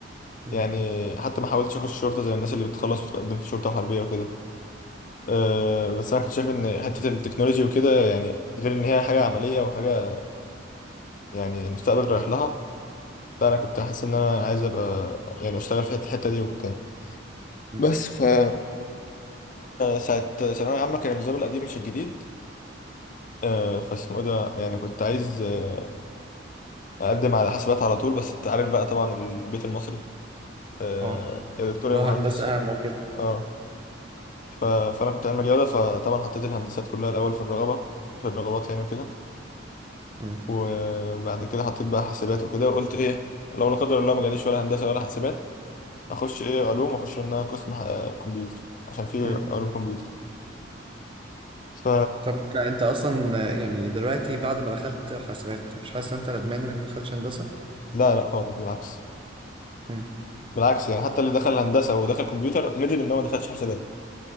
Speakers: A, on the right; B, on the left.
A: مم.
B: يعني حتى ما حاولتش اخش شرطة زي الناس اللي بتخلص وتقدم في شرطة حربية وكده أه بس انا كنت شايف ان حته التكنولوجي وكده يعني غير ان هي حاجه عمليه وحاجه يعني المستقبل رايح لها لا انا كنت حاسس ان انا عايز ابقى يعني اشتغل في الحته دي وبتاع
A: مم.
B: بس فانا ساعه ثانويه عامه كان النظام القديم مش الجديد أه فاسمه ايه ده يعني كنت عايز آه، اقدم على حاسبات على طول بس انت عارف بقى طبعا البيت المصري أه
A: اه
B: يا دكتور يا
A: لو
B: مهندس
A: هندسة
B: ف...
A: أهم وكده
B: اه ف... فانا كنت علمي رياضه فطبعا حطيت الهندسات كلها الاول في الرغبه في الرغبات يعني وكده
A: مم.
B: وبعد كده حطيت بقى حاسبات وكده وقلت ايه لو لا قدر الله ما جاليش ولا هندسه ولا حاسبات اخش ايه علوم واخش ان انا قسم ح- كمبيوتر عشان في علوم
A: مم.
B: كمبيوتر ف
A: طب ك- أنت أصلا آه، يعني دلوقتي بعد ما دخلت حاسبات مش حاسس إن أنت ندمان إنك ما دخلتش هندسة؟
B: لا لا خالص بالعكس
A: مم.
B: بالعكس يعني حتى اللي دخل هندسه ودخل كمبيوتر ندم ان هو ما دخلش حاسبات